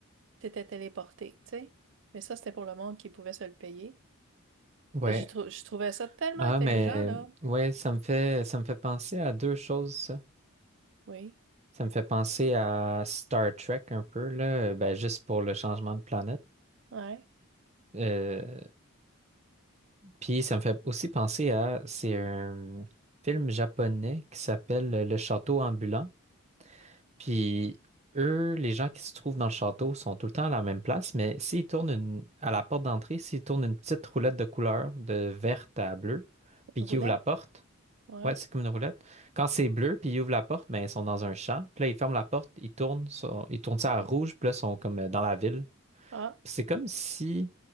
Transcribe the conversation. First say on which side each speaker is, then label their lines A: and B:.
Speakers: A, on the right (about 55°); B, on the right (about 30°).
A: tu étais téléporté, tu sais. Mais ça, c'était pour le monde qui pouvait se le payer.
B: Ouais.
A: Ben, j'ai trou- je trouvais ça tellement
B: Ah,
A: intelligent,
B: mais
A: là.
B: ouais, ça me fait ça me fait penser à deux choses, ça.
A: Oui,
B: Ça me fait penser à Star Trek un peu, là, ben juste pour le changement de planète.
A: ouais.
B: Euh, puis ça me fait aussi penser à c'est un film japonais qui s'appelle Le Château ambulant. Puis eux, les gens qui se trouvent dans le château sont tout le temps à la même place, mais s'ils tournent une, à la porte d'entrée, s'ils tournent une petite roulette de couleur de verte à bleu, puis
A: Une
B: qu'ils
A: Roulette,
B: ouvrent la porte,
A: ouais.
B: ouais, c'est comme une roulette. Quand c'est bleu, puis ils ouvrent la porte, ben ils sont dans un champ. Puis là, ils ferment la porte, ils tournent, sont- ils tournent ça à rouge, puis là, ils sont comme euh, dans la ville.
A: Ah,
B: Puis c'est comme si,